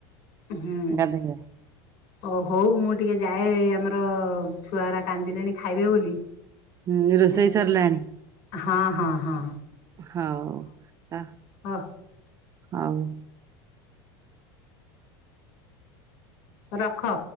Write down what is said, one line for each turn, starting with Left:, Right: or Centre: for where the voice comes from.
Left: ହୁଁ,।
Right: ଗାଧେଇବେ
Left: ଓ, ହଉ, ମୁଁ ଟିକେ ଯାଏ ଆମର ହଉ, ଛୁଆଗରା କାନ୍ଦିଲେଣି, ଖାଇବେ ବୋଲି।
Right: ହୁଁ, ରୋଷେଇ
Left: ଏ
Right: ସରିଲାଣି।
Left: ହଁ ହଁ ହଁ
Right: ହଉ- ତା-
Left: ହ
Right: ହଉ।
Left: ରଖ।